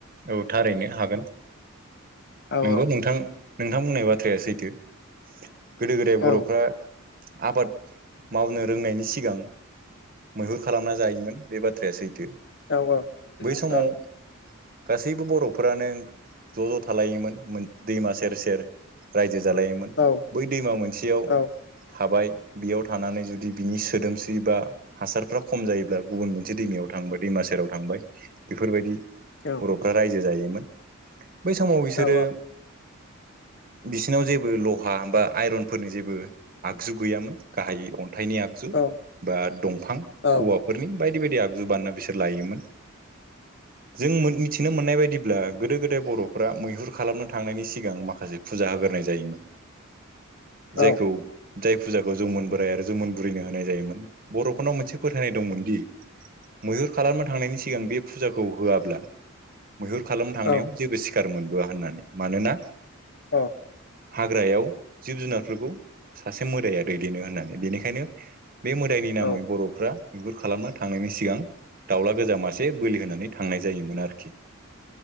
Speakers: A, on the right; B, on the left.
A: औ थारैनो हागोन।
B: औ
A: नंगौ
B: औ
A: नोंथां नोंथां बुंनाय बाथ्राया सैथो। गोदो गोदाय बर'फ्रा
B: औ
A: आबाद मावनो रोंनायनि सिगां मैहुर खालामना जायोमोन बे बाथ्राया सैथो।
B: औ औ
A: बै समाव
B: औ
A: गासैबो बर'फोरानो ज' ज' थालायोमोन दैमा सेर से रायजो। जालायोमोन
B: औ
A: बै दैमा मोनसेयाव
B: औ
A: थाबाय। बेयाव थानानै जुदि बिनि सोदोमस्रि बा। हासारफ्रा खम जायोब्ला गुबुन मोनसे दैमायाव थांबाय दैमा सेराव थांबाय बेफोरबायदि। बर'फ्रा
B: औ
A: रायजो जायोमोन बै समाव बिसोरो
B: औ
A: बिसिनाव जेबो लहा बा आइरनफोरनि जेबो आगजु गैयामोन गाहायै अन थाइनि आगजु
B: औ
A: बा दंफां
B: औ
A: औवाफोरनि बायदि बायदि आगजु बानायना बिसोर लायोमोन। जों मिथिनो मोननाय बायदि ब्ला गोदो गोदाय बर'फ्रा मैहुर खालामनो थांनायनि सिगां माखासे फुजा होग्रोनाय जायोमोन। जायखौ
B: औ
A: जाय फुजाखौ जौमोन बोराय आरो जौमोन बुरैनो होनाय जायोमोन। बर'फोरनाव मोनसे फोथायनाय दंमोनदि मैहुर खालामनो थांनायनि सिगां बे फुजाखौ होआब्ला मैहुर खालामनो थांनायाव
B: औ
A: जेबो सिखार मोनबोआ होननानै। मानोना
B: औ
A: हाग्रायाव जिब जुनारफोरखौ सासे मोदाया दैदेनो होननानै बेनिखायनो बे मो दायनि नामै
B: औ
A: बर'फ्रा मैहुर खालामनो थांनायनि सिगां दाउला गोजा मासे बोलि होनानै थांनाय जायोमोन आरोखि।